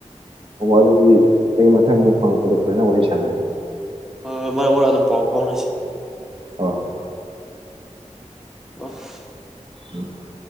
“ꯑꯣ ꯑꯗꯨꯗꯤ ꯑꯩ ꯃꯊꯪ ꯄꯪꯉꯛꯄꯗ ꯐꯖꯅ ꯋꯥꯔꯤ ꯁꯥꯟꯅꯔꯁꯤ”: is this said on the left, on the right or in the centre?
Right